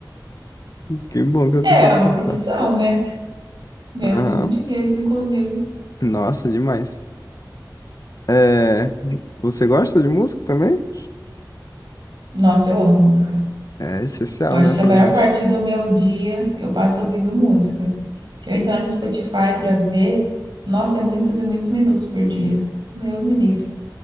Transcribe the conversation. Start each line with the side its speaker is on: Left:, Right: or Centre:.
Left: que bom que eu
Right: é
Left: consegui
Right: uma
Left: acertar.
Right: profissão, né? Ganha
Left: Aham.
Right: muito dinheiro, inclusive.
Left: Nossa, demais. É, você gosta de música também?
Right: Nossa, eu amo música.
Left: É essencial,
Right: Eu acho
Left: né,
Right: que
Left: pra
Right: a maior
Left: gente.
Right: parte do meu dia eu passo ouvindo música. Se eu entrar no Spotify para ver, nossa, é muitos e muitos minutos por dia. Deus me livre.